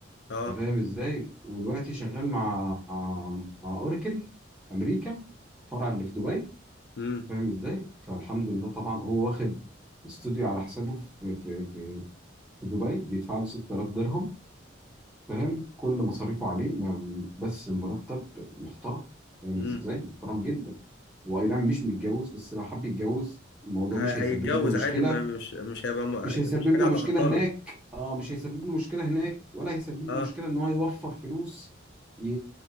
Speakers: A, on the left; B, in the centre.
A: اه
B: انت فاهم ازاي ودلوقتي شغال مع مع مع اوراكل امريكا فرع اللي في دبي
A: امم
B: فاهم ازاي فالحمد لله طبعا هو واخد استوديو على حسابه في في في في دبي بيدفع له 6000 درهم فاهم كل مصاريفه عليه ما- بس مرتب محترم فاهم
A: امم.
B: ازاي محترم جدا هو اي نعم مش متجوز بس لو حب يتجوز الموضوع
A: هي-
B: مش هيسبب
A: هيتجوز
B: له مشكله
A: عادي ما مش مش هيبقى م- يعني
B: مش هيسبب
A: مش حاجة
B: له
A: هتعطله
B: مشكله هناك اه مش هيسبب له مشكله هناك ولا هيسبب
A: اه
B: له مشكله ان هو يوفر فلوس ي...